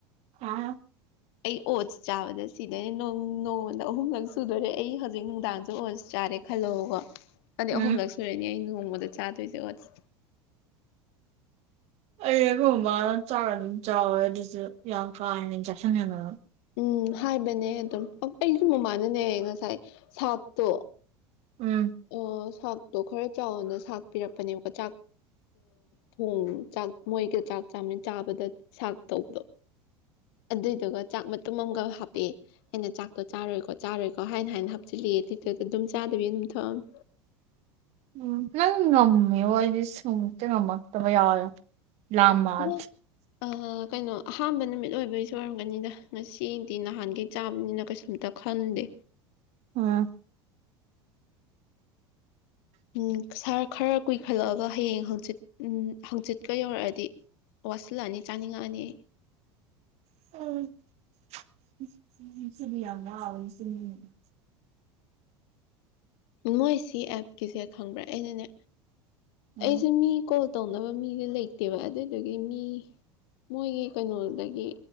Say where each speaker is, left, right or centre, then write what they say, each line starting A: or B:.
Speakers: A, on the right; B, on the left.
A: ꯑꯥ
B: ꯑꯩ ꯑꯣꯠꯁ ꯆꯥꯕꯗ ꯁꯤꯗꯅꯦ ꯅꯣꯡꯃꯣꯟꯗ ꯑꯍꯨꯝꯂꯛ ꯁꯨꯗꯣꯔꯦ ꯑꯩ ꯍꯧꯖꯤꯛ ꯅꯨꯡꯗꯥꯡꯁꯨ ꯑꯣꯠꯁ ꯆꯥꯔꯦ ꯈꯜꯂꯛꯎꯀꯣ ꯑꯩ
A: ꯎꯝ
B: ꯑꯍꯨꯝꯂꯛ ꯁꯨꯔꯦꯅꯤ ꯑꯩ ꯅꯣꯡꯃꯗ ꯆꯥꯗꯣꯏꯁꯦ ꯑꯣꯠꯁ
A: ꯑꯩꯒꯨꯝꯕ ꯑꯗꯨ ꯆꯥꯛꯔ ꯑꯗꯨꯝ ꯆꯥꯎꯋꯦ ꯑꯗꯨꯁꯨ ꯌꯥꯝ ꯀꯥ ꯍꯦꯅ ꯏꯟꯖꯦꯛꯁꯟ ꯌꯦꯗ
B: ꯎꯝ ꯍꯥꯏꯕꯅꯦ ꯑꯗꯨꯝ ꯑꯩꯁꯨ ꯃꯃꯥꯅꯅꯦꯍ ꯉꯁꯥꯏ ꯁꯥꯛꯇꯣ
A: ꯎꯝ
B: ꯑ ꯁꯥꯛꯇꯣ ꯈꯔ ꯆꯥꯎꯅ ꯁꯥꯛ ꯄꯤꯔꯛꯄꯅꯦꯕꯀꯣ ꯆꯥꯛ ꯊꯣꯡ ꯆꯥꯛ ꯃꯣꯏꯒ ꯆꯥꯛ ꯆꯥꯃꯤ ꯆꯥꯕꯗ ꯁꯥꯛ ꯇꯧꯕꯗꯣ ꯑꯗꯨꯏꯗꯨꯒ ꯆꯥꯛ ꯃꯇꯨꯝ ꯑꯃꯒ ꯍꯥꯞꯄꯦ ꯑꯩꯅ ꯆꯥꯛꯇꯣ ꯆꯥꯔꯣꯏꯀꯣ ꯆꯥꯔꯣꯏ ꯀꯣ ꯍꯥꯏꯅ ꯍꯥꯏꯅ ꯍꯥꯞꯆꯤꯜꯂꯛꯑꯦ ꯑꯗꯨꯇꯔꯗ ꯑꯗꯨꯝ ꯆꯥꯗꯕꯤ ꯑꯗꯨꯝ ꯊꯣꯛꯑꯝꯃꯦ
A: ꯎꯝ ꯅꯪ ꯉꯝꯃꯦꯕꯣ ꯑꯩꯗꯤ ꯁꯨꯡꯇꯥ ꯉꯝꯃꯛꯇꯕ ꯌꯥꯎꯋꯦ ꯂꯥꯝꯃꯛꯑꯗꯤ
B: ꯑꯣ ꯑ ꯀꯩꯅꯣ ꯑꯍꯥꯟꯕ ꯅꯨꯃꯤꯠ ꯑꯣꯏꯕꯒꯤꯁꯨ ꯑꯣꯏꯔꯝꯒꯅꯤꯗ ꯉꯁꯤꯗꯤ ꯅꯍꯥꯟꯈꯩ ꯆꯥꯕꯅꯤꯅ ꯀꯩꯁꯨꯝꯇ ꯈꯟꯗꯦ
A: ꯑ
B: ꯎꯝ ꯁꯥꯔ ꯈꯔ ꯀꯨꯏꯈꯠꯂꯛꯑꯒ ꯍꯌꯦꯡ ꯍꯥꯡꯆꯤꯠ ꯎ ꯍꯥꯡꯆꯤꯠꯀ ꯌꯧꯔꯛꯑꯗꯤ ꯋꯥꯁꯤꯜꯂꯛꯑꯅꯤ ꯆꯥꯅꯤꯡꯉꯛꯑꯅꯤ
A: <unintelligible>
B: ꯃꯣꯏ ꯁꯤ ꯑꯦꯞꯀꯤꯁꯦ ꯈꯪꯕ꯭ꯔꯥ ꯑꯩꯅꯅꯦ
A: ꯎꯝ
B: ꯑꯩꯁꯦ ꯃꯤ ꯇꯧꯅꯕ ꯃꯤꯗꯤ ꯂꯩꯇꯦꯕ ꯑꯗꯨꯗꯨꯒꯤ ꯃꯤ ꯃꯣꯏꯒꯤ ꯀꯩꯅꯣꯗꯒꯤ